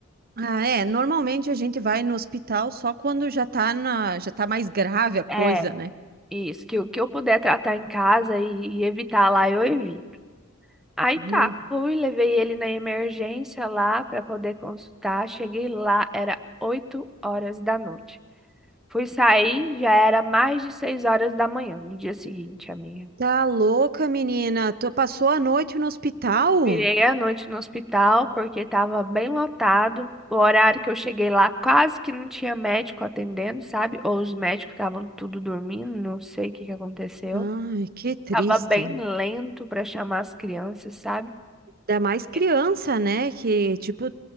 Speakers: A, on the right; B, in the centre.
A: Ah, é, normalmente a gente vai no hospital só quando já tá na, já tá mais grave a coisa,
B: É,
A: né?
B: Isso, que o que eu puder tratar em casa e, e evitar lá, eu evito. Aí
A: Uhum.
B: tá, fui, levei ele na emergência lá para poder consultar. Cheguei lá, era 8 horas da noite. Fui sair, já era mais de 6 horas da manhã no dia seguinte, amiga.
A: Tá louca, menina? Tu passou a noite no hospital?
B: Virei a noite no hospital porque estava bem lotado. O horário que eu cheguei lá quase que não tinha médico atendendo, sabe? Ou os médicos estavam tudo dormindo, não sei o que que aconteceu.
A: Ai, que triste.
B: Tava bem lento para chamar as crianças, sabe?
A: Ainda mais criança,
B: E
A: né? Que,
B: e-
A: tipo,